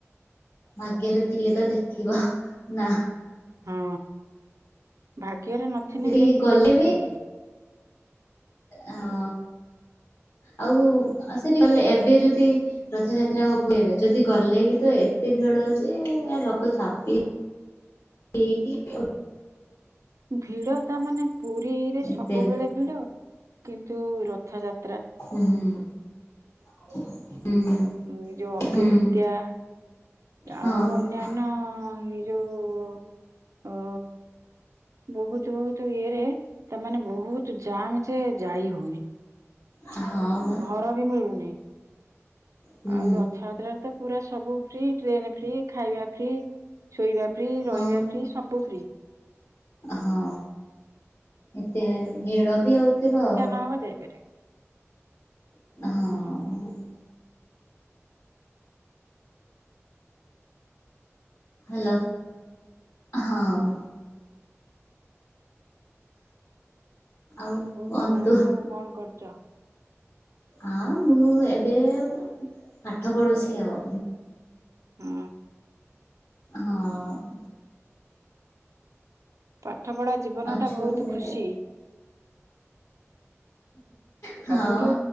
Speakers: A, on the left; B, on the right.
A: ଭାଗ୍ୟରେ ଥିଲେ ତ ଦେଖିବ ନା।
B: ହଁ ଭାଗ୍ୟରେ ନଥିନେ
A: ସେଠି
B: କେହି
A: ଗଲେ
B: ଦେଖିପାରିବେନି।
A: ଅଁ ଆଉ ଅ ସେଠି ଗଲେ ଏବେ ଯଦି ରଥଯାତ୍ରା ଉପରେ ଯଦି ଗଲେ ବି ତ ଏତେ ଭିଡ ଯେ ଲୋକ ଚାପି
B: ହୁଁ
A: ହେଇକି <unintelligible>
B: ଭିଡ ତା ମାନେ ପୁରୀରେ ସବୁବେଳେ
A: ଏତେ
B: ଭିଡ କିନ୍ତୁ ରଥଯା
A: ହୁଁ ହୁଁ।
B: ଉଁ ଯୋଉ ଅକ୍ଷୟୀ
A: ହୁଁ
B: ତୃତୀୟା
A: ହଁ।
B: ଆଉ ଅନ୍ୟା ନ୍ୟ ଏଇ ଯୋଉ ଅ ବହୁତ ବହୁ ତୁ ଇଏରେ ସେମାନେ ବହୁତ ଜାମ ଯେ ଯାଇ ହଉନି।
A: ହଁ ବା
B: ଘର ବି ମିଳୁନି
A: ହୁଁ
B: ଆଉ ରଥଯାତ୍ରାରେ ତ ପୁରା ସବୁ ଫ୍ରି ଟ୍ରେନ ଫ୍ରି, ଖାଇବା ଫ୍ରି, ଶୋଇବା ଫ୍ରି,
A: ହଁ।
B: ରହିବା ଫ୍ରି ସବୁ ଫ୍ରି।
A: ହଁ ଏତେ ଭିଡ ବି ହଉଥିବ।
B: ହଁ ବା ଯାଇପାରିବେ।
A: ହଁ।
B: ହୁଁ
A: ହ୍ୟାଲୋ ହଁ। ଆଉ କୁହନ୍ତୁ।
B: ତମେ ଆଉ ସବୁ କଣ କରୁଛ
A: ଆଁ ମୁଁ ଏବେ ଉଁ ପାଠ ପଡୁଛି ଆଉ।
B: ହୁଁ।
A: ହଁ।
B: ପାଠ ପଢା ଜୀବନ
A: ଅଛୁ
B: ଟା ବହୁତ
A: ଏବେ
B: ଖୁସି।
A: ହଁ
B: ସବୁଠୁ